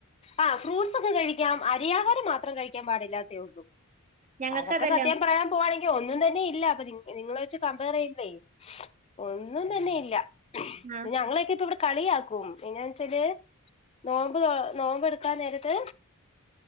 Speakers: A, on the left; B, on the right.
A: ആഹ് ഫ്രൂട്ട്സ് ഒക്കെ കഴിക്കാം അരി ആഹാരം മാത്രം കഴിക്കാൻ പാടില്ലാത്തേ ഉള്ളൂ
B: ഞങ്ങൾക്ക്
A: അതൊക്കെ
B: അതല്ലോ
A: സത്യം പറയാൻ പോവാണെങ്കിൽ ഒന്നും തന്നെ ഇല്ല അപ്പൊ നി നിങ്ങളെ വെച്ച് കമ്പയർ ചെയ്യുമ്പയേ ഒന്നും തന്നെ ഇ ല്ലാ
B: ആ
A: ഞങ്ങളൊക്കെ ഇപ്പ ഇവിടെ കളിയാക്കും പിന്നെ വെച്ചാല് നോമ്പ് തൊ നോമ്പ് എടുക്കാ നേരത്ത്